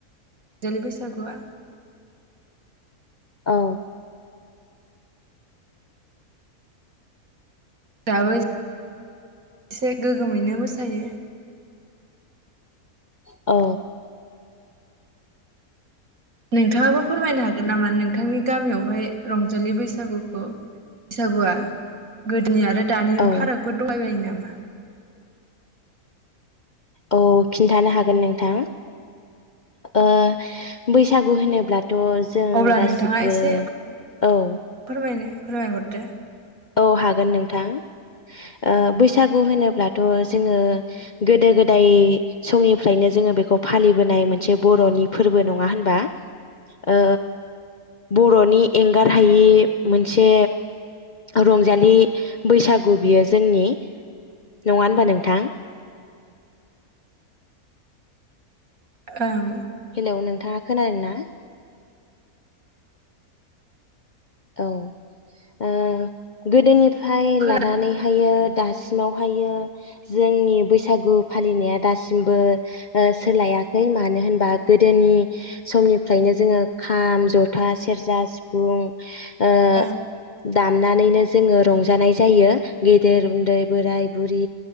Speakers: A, on the right; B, on the left.
A: देलि बैसागुआ।
B: औ।
A: दाबो एसे गोग्गोमैनो मोसायो।
B: औ।
A: नोंथाङाबो फोरमायनो हागोन नामा नोंथांनि गामियावहाय रंजालि बैसागुखौ बैसागुआ गोदोनि आरो दानि
B: औ
A: फारागफोर दंबाय बायो नामा?
B: औ खिन्थानो हागोन नोंथां ओ बैसागु होनोब्ला थ' जों
A: अब्ला
B: गासिबो
A: नोंथाङा एसे
B: औ।
A: फोरमायनो फोरमायहरदो।
B: औ हागोन नोंथां ओ बैसागु होनोब्लाथ' जोङो गोदो-गोदाय समनिफ्रायनो जोङो बेखौ फालिबोनाय मोनसे बर'नि फोरबो नङा होनबा ओ बर'नि एंगार हायि मोनसे रंजालि बैसागु बियो जोंनि नङा होनबा नोंथां?
A: ओं।
B: हेलौ नोंथाङा खोनादों ना? हो। औ ओ गोदोनिफ फाय
A: खोनादों
B: लानानैहायो दासिमावहायो जोंनि बैसागु फालिनाया दासिमबो ओ सोलायाखै मानो होनबा गोदोनि समनिफ्रायनो जोङो खाम, जथा, सेरजा, सिफुं ओ
A: ओं।
B: दामनानैनो जोङो रंजानाय जायो गेदेर उन्दै बोराइ बुरि